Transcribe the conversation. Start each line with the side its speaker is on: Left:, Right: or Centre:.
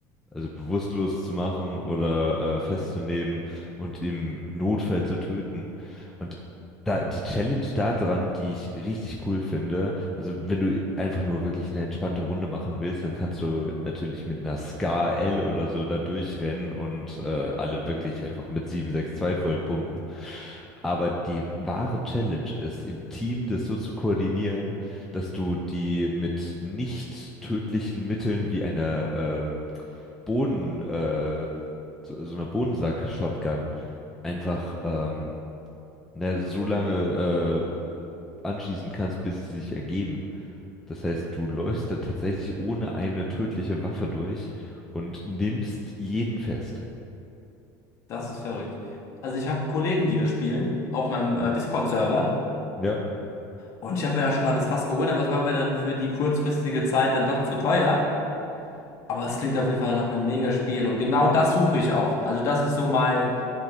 Centre: also bewusstlos zu machen oder äh, festzunehmen und im Notfall zu töten. Und da, die Challenge da dran, die ich richtig cool finde, also wenn du einfach nur wirklich eine entspannte Runde machen willst, dann kannst du natürlich mit einer Scar L oder so da durchrennen und äh, alle wirklich einfach mit 762 vollpumpen. Aber die wahre Challenge ist, im Team das so zu koordinieren, dass du die mit nicht tödlichen Mitteln wie einer ähm, Bohnen, äh, so, so einer Bohnensack-Shotgun einfach ähm, ne, so lange äh, anschießen kannst, bis sie sich ergeben. Das heißt, du läufst da tatsächlich ohne eine tödliche Waffe durch und nimmst jeden fest.
Left: das ist verrückt. Also ich habe Kollegen, die das spielen, auf meinem äh,
Centre: Mhm.
Left: Discord-Server.
Centre: Ja?
Left: Und ich habe mir ja schon mal das Fass geholt, aber es war mir dann für die kurzfristige Zeit dann doch zu teuer. Aber es klingt auf jeden Fall nach einem Mega-Spiel. Und genau das suche ich auch. Also das ist so mein,